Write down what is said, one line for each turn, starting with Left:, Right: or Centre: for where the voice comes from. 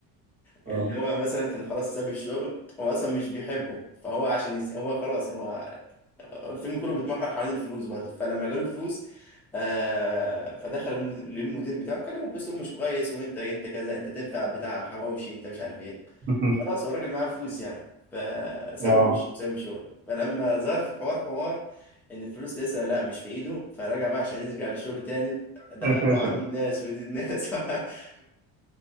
Centre: يعني
Right: اه
Centre: اللي هو مثلا كان خلاص ساب الشغل هو اصلا مش بيحبه فهو عشان يس... هو خلاص هو الفيلم كله بيتمحور حوالين الفلوس برضه فلما جاله فلوس آه فدخل المد- للمدير بتاعه كلمه باسلوب مش كويس وانت انت كذا انت تنفع بتاع حواوشي انت مش عارف ايه
Right: <laughs>
Centre: خلاص هو الراجل معاه فلوس يعني فسوي
Right: اه
Centre: وشه وسوي شغله فلما ظهر في الحوار حوار ان الفلوس لسه لا مش في ايده فرجع بقى عشان يرجع للشغل تاني دخل
Right: <laughs>
Centre: له عم الناس ودي الناس <laughs>